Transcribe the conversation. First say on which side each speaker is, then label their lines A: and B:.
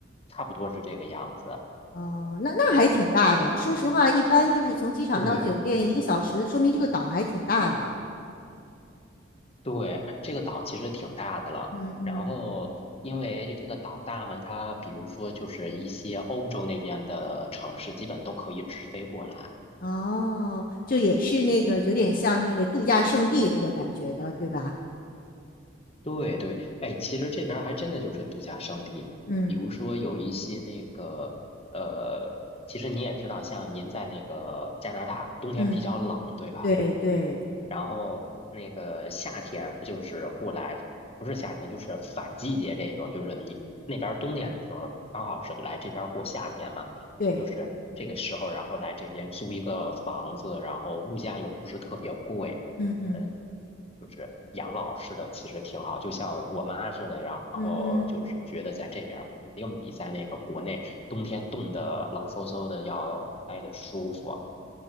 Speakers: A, on the left; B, on the left.
A: 差不多是这个样子。
B: 哦，那那还挺大的。说实话，一般就是从机场到酒店一个小时，
A: 对，
B: 说明这个岛还挺大的。
A: 对，这个岛其实挺大的了。
B: 嗯嗯，
A: 然后，因为这个岛大嘛，它比如说就是一些欧洲那边的城市，基本都可以直飞过来。
B: 哦，就也是那个有点像那个度假胜地那个感觉的，对吧？
A: 对对，哎，其实这边儿还真的就是度假胜地，
B: 嗯
A: 比如说有一些那个呃，其实你也知道，像您在那个加拿大，冬天比较冷，
B: 嗯，
A: 对吧？
B: 对对
A: 然后那个夏天就是过来，不是夏天就是反季节这种，就是你那边儿冬天的时候，刚好是来这边儿过夏天嘛，
B: 对，
A: 就是这个时候，然后来这边租一个房子，然后物价又不是特别贵，
B: 嗯嗯
A: 呃，就是养老似的，其实挺好，就像我妈似的，然后就是觉得在这边儿肯定比在那个国内冬天冻得冷飕飕的要待得舒服。
B: 嗯嗯。